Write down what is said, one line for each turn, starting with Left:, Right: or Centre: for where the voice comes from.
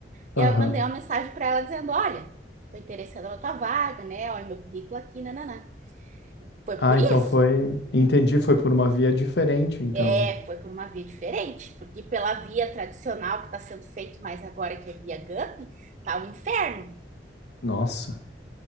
Right: e
Left: Aham.
Right: aí eu mandei uma mensagem para ela dizendo: Olha, tô interessada na tua vaga, né? Olha meu currículo aqui, nananã. Foi por
Left: Ah,
Right: isso.
Left: então foi. Entendi, foi por uma via diferente, então.
Right: É, foi por uma via diferente, porque pela via tradicional que está sendo feito mais agora, que é via GUP, tá um inferno.
Left: Nossa,